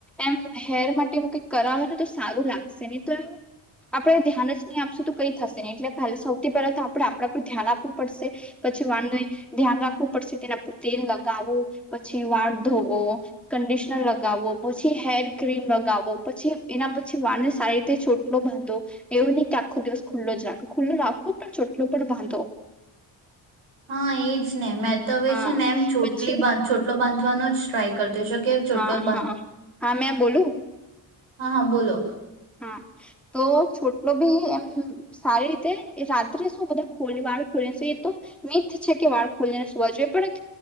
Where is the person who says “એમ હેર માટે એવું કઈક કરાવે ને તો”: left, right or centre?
Centre